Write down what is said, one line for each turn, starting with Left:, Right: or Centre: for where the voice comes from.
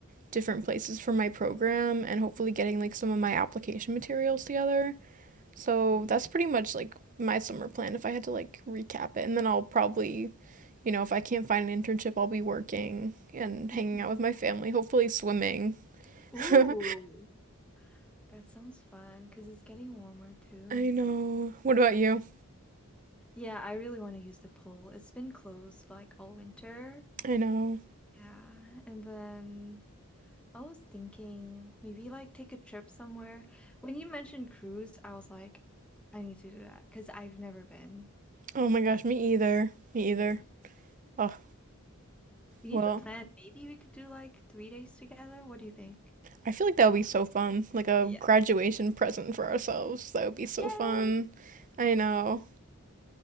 Right: different places for my program and hopefully getting like some of my application materials together. So
Centre: yeah.
Right: that's pretty much like my summer plan if I had to like recap it and then I'll probably you know if I can't find an internship I'll be working and
Centre: hmm
Right: hanging out with my family, hopefully swimming. <laughs>
Centre: Ooh,
Right: I
Centre: that sounds fun because it's getting warmer too.
Right: know. What about you?
Centre: Yeah, I really want to use the pool. It's been closed like all winter.
Right: I know.
Centre: Yeah, and then I was thinking maybe like take a trip somewhere. When you mentioned cruise, I was like, I need to do that because I've never been.
Right: Oh my gosh, me either. Me either.
Centre: Yeah.
Right: Oh,
Centre: We need
Right: well,
Centre: to plan. Maybe we could do like three days together. What do you think?
Right: I feel like that would be so fun. Like a
Centre: Yeah.
Right: graduation present for ourselves. That would be so
Centre: Yay!
Right: fun. I know.